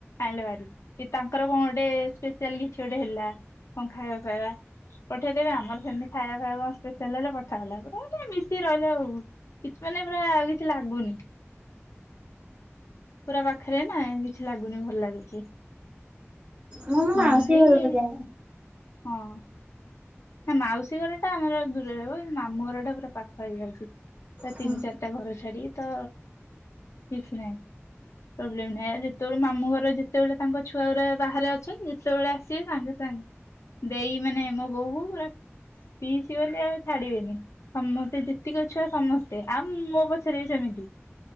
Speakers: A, on the left; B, on the right.
A: ଆଣିଲ ହାରି, କି ତାଙ୍କର କଣ ଗୋଟେ ସ୍ପେଶାଲ କିଛି ଗୋଟେ ହେଲା କ ଖାଇବା ଖାଇବା ପଠେଇଦେବେ, ଆମର ସେମିତି ଖାଇବା ବା କଣ ସ୍ପେଶାଲ ହେଲେ ପଠା ହେଲା ପ ଟିକ ମିଶି ରହିଲ ଆଉ। କିଛି ମାନେ ପୁରା ଆଉ କିଛି ଲାଗୁନି ପୁରା ପାଖ ପାଖରେ ନା କିଛି ଲାଗୁନି ଭଲ ଲାଗୁଛି।
B: ମୁଁ ମୋ
A: ହଁ
B: ମାଉସୀ
A: ଏଇ
B: ଘରକୁ ଯାଏ
A: ହଁ। ନା ମାଉସୀ ଘର ଟା ଆମର ଦୂରରେ ହବ ମାମୁ ଘର ଟା ପୁରା ପାଖ ହେଇଯାଉଛି
B: ହଁ
A: ତିନି ଚାରିଟା ଘର ଛାଡି ତ କିଛି ନାହିଁ। ପ୍ରୋବ୍ଲେମ ନାହିଁ ଆଉ ଯେତେବେଳେ ମାମୁ ଘର ଯେତେବେଳେ ତାଙ୍କ ଛୁଆ ଘା ବାହାରେ ଅଛନ୍ତି ଯେତେବେଳେ ଆସିବେ ତାଙ୍କେ ସାଙ୍ଗ ଦେଇ ମାନେ ମୋ ବୋଉ କୁ ପୁରା ପିଇସି ଗଲେ ଆଉ ଛାଡିବେନି ସମସ୍ତେ ଯେ ଯେତିକ ଛୁଆ ସମସ୍ତେ ଆଉ ମୋ ପଛରେ ବି ସେମିତି